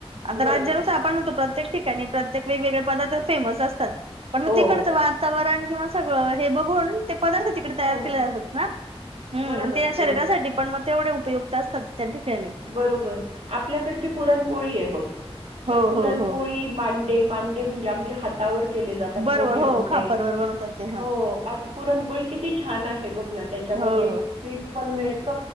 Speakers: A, on the right; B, on the right.
A: आता
B: बरोबर,
A: राज्यानुसार
B: बरोबर.
A: आपण म्हणतो प्रत्येक ठिकाणी प्रत्येक - वेगवेगळे पदार्थ फेमस असतात. पण मग
B: हो,
A: तिकडंच वातावरण किंवा सगळं हे बघून- ते पदार्थ तिकडे तयार
B: हो.
A: केले जातात ना? हम्म.
B: बरोबर,
A: आणि ते शरीरासाठी
B: बरोबर.
A: - पण मग तेवढे उपयुक्त असतात त्या ठिकाणी.
B: बरोबर. आपल्याकडची पुरणपोळी आहे बघ. तर
A: हो
B: पुरणपोळी
A: हो हो
B: - मांडे. मांडे म्हणजे अगदी हातावर केले जातात
A: बरोबर
B: मोठे
A: हो
B: मोठे
A: खापरवर
B: -
A: बनवतात ते हा
B: हो. आता पुरणपोळी किती छान आहे बघ ना त्याच्यामध्ये
A: हो
B: - पीठ पण मिळत